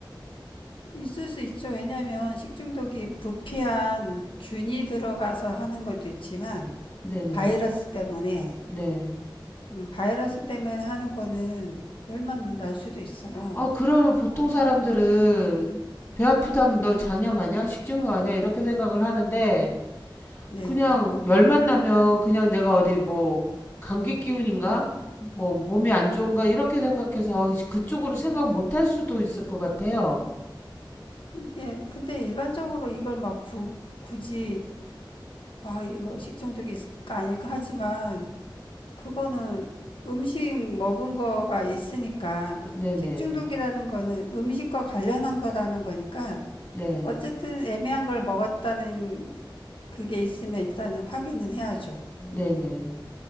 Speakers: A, on the left; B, on the left.
A: 있을 수 있죠. 왜냐하면 식중독이 부패한 균이 들어가서 하는 것도 있지만,
B: 네네.
A: 바이러스 때문에,
B: 네. 네.
A: 음, 바이러스 때문에 하는 거는 열만 날 수도 있어요.
B: 아, 그러면 보통 사람들은 배 아프다면 너 장염하냐? 식중독 아니야? 이렇게 생각을 하는데
A: 네.
B: 그냥 열만 나면 그냥 내가 어디 뭐 감기 기운인가? 뭐 몸이 안 좋은가? 이렇게 생각해서 그쪽으로 생각 못 할 수도 있을 것 같아요.
A: 이게, 근데 일반적으로 이걸 막 구, 굳이, 막 이거 식중독일까 아닐까 하지만, 그거는 음식 먹은 거가 있으니까
B: 네네.
A: 식중독이라는 거는 음식과 관련한 거라는 거니까
B: 네.
A: 어쨌든 애매한 걸 먹었다는 그게 있으면 일단은 확인은 해야죠.
B: 네네.